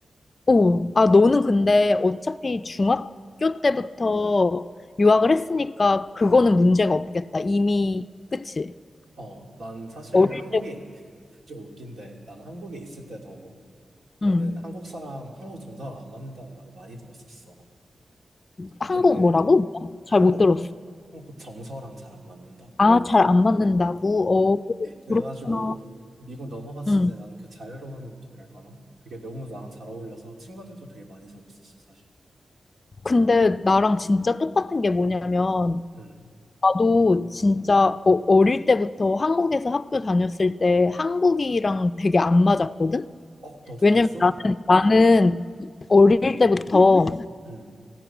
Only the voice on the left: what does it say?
오, 아, 너는 근데 어차피 중학교 때부터 유학을 했으니까
그거는 문제가 없겠다. 이미, 그치?
어릴
때,
응.
한국
뭐라고? 잘
못 들었어.
아, 잘 안 맞는다고? 어,
그렇구나.
응.
근데 나랑 진짜 똑같은 게 뭐냐면,
나도 진짜 어, 어릴 때부터 한국에서 학교 다녔을 때 한국이랑 되게 안 맞았거든?
왜냐면
나는, 나는 어릴 때부터